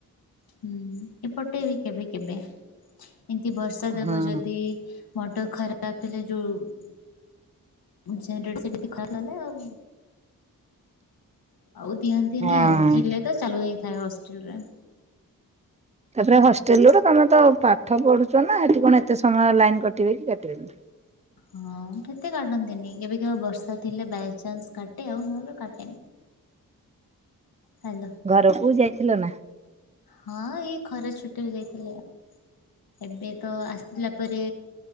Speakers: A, on the left; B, on the right.
A: ହୁଁ, ଏପଟେ ବି କେବେ କେବେ? ଏମିତି ବର୍ଷା ଦେବ
B: ହଁ
A: ଯଦି ମଟ ଖରାପ ଥିଲେ ଯୋଉ ସେ <inaudible> ଆଉ ଆଉ ଦିଅନ୍ତିନି
B: ହଁ।
A: ଆଉ। ଥିଲେ ତ ଚାଲୁ ହେଇଁଥାଏ ହଷ୍ଟେଲରେ।
B: ତା'ପରେ ହଷ୍ଟେଲରେ, ତମେ ତ ପାଠ ପଢୁଛ ନା, ହେଠି କଣ ଏତେ ସମୟ ଲାଇନ୍ କଟିବେ କି କାଟିବେନି।
A: ହଁ କେତେ କାଟନ୍ତିନି କେବେ କେବେ ବର୍ଷା ଥିଲେ ବାଇଚନ୍ସ କାଟେ ଆଉ ନହେଲେ କାଟେନି। ହାଲୋ।
B: ଘରକୁ ଯାଇଥିଲ ନା?
A: ହଁ ଏଇ ଖରା ଛୁଟିରେ ଯାଇଥିଲି। ଏବେ ତ ଆସିଲା ପରେ